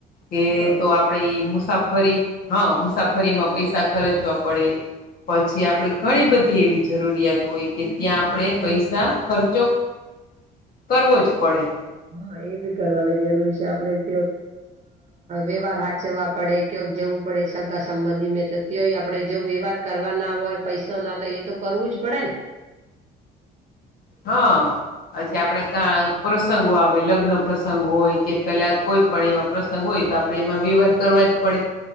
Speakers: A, on the left; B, on the right.
A: કે
B: બરાબર
A: તો- - આપણે મુસાફરી હા મુસાફરીમાં પૈસા ખર્ચવા પડે- - પછી આપણે ઘણી બધી એવી જરૂરિયાત હોય કે
B: એ
A: ત્યાં
B: બી કરવું
A: આપણે
B: જરૂરી
A: પૈસા
B: છે હા
A: ખર્ચો- - કરવો જ પડે- -
B: હા એ બી કરવાની જરૂરી છે, આપડે <unintelligible> વ્યવહાર <unintelligible> -- પડે <unintelligible> જવું પડે સગા સંબંધી મેં તો તય આપડે જો વ્યવહાર કરવા ના હોય- - <unintelligible> ના તો એ તો કરવું જ પડે ને?
A: હા પછી આપડે ક- - પ્રસંગો આવે લગ્ન પ્રસંગ હોય કે પેલા કોઈ પણ એવા પ્રસંગ હોય તો આપણે એમાં વ્યવહાર કરવા જ પડે?